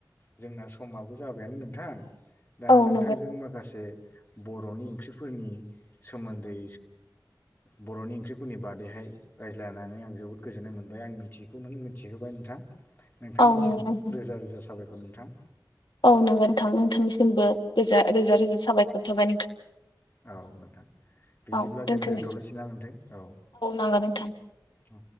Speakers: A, on the left; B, on the left.
A: जोंना समाबो जाबायानो नोंथां दा
B: औ
A: नोंथांजों
B: नंगौ
A: माखासे बर'नि ओंख्रिफोरनि सोमोन्दै बर'नि ओंख्रिफोरनि बादैहाय रायज्लायनानै आं जोबोद गोजोन्नाय मोनबाय आं मिथिखौ नों मिथिहोबाय नोंथां। नोंथांनिसिम
B: औ नंगौ नोंथां
A: रोजा रोजा साबायखर नोंथां।
B: औ नंगौ नोंथां नोंथांनिसिमबो रोजा रोजा साबायखर साबाय नोंथां।
A: औ नोंथां बिदिब्ला
B: औ दोनथ'नोसै
A: जों दोनथ'लायसै न नोंथै औ।
B: नंगौ नोंथां
A: औ।